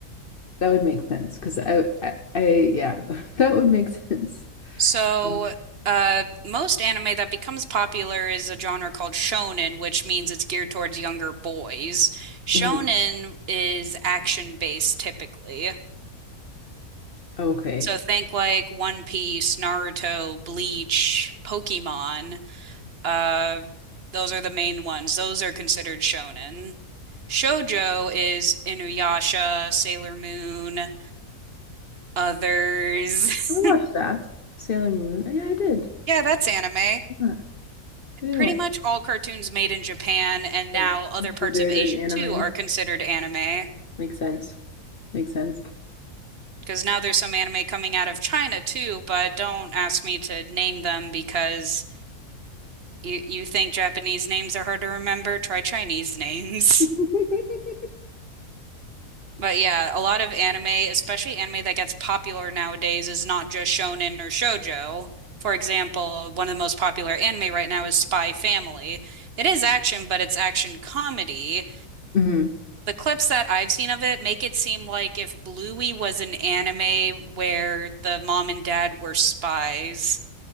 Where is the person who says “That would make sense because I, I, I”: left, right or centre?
Left